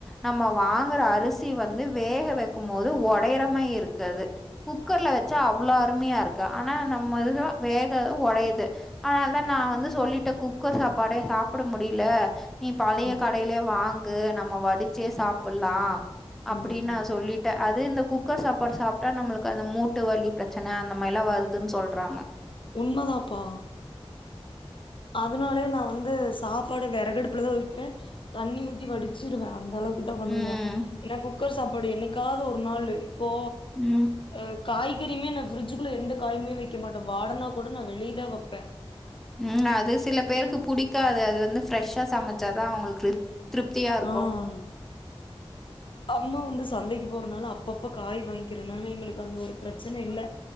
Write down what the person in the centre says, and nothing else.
நம்ம வாங்குற அரிசி வந்து வேக வைக்கும் போது ஒடையரம இருக்காது குக்கர்ல ச்சா அவ்வளவு அருமையா இருக்கு ஆனா நம்மது வேக உடையுது ஆனால தான் நான் வந்து சொல்லிட்டே குக்கர் சாப்பாடே சாப்பிட முடியல நீ பழைய
கடையிலே வாங்கு க்கு நம்ம வடிச்சே சாப்பிடலாம் அப்படி
நான்
சொல்லிட்டேன் அது இந்த குக்கர் சாப்பாடு சாப்பிட்டா நம்மளுக்கு அந்த மூ ட்டு வலி பிரச்சனை அந்த மாதிரிலாம் வருதுன்னு சொல்றாங்க
ம்.
ம்.
உம் அது சில பேருக்கு புடிக்காது அது வந்து ஃப்ரெஷ்ஷா சமைச்சாதான் அவங்களுக்கு திருப்தியா இருக்கும்.